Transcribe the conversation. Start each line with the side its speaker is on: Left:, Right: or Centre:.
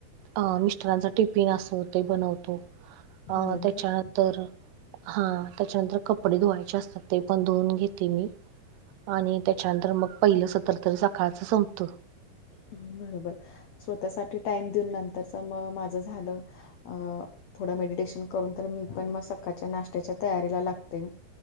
Right: अ मिस्टरांचा टिफिन असो ते ब बनवतो अ
Left: बरोबर
Right: त्याच्यानंतर हां त्याच्यानंतर कपडे धुवायचे असतात. ते पण धुवून घेते मी आणि त्याच्यानंतर मग पहिलं सत्तर तर सकाळचं संपतं.
Left: हम्म बरोबर स्वतःसाठी टाइम दिऊन नंतरच म माझं झालं. अ थोडं मेडिटेशन करून तर मी पण मग सकाळच्या नाश्ट्याच्या तयारीला लागते.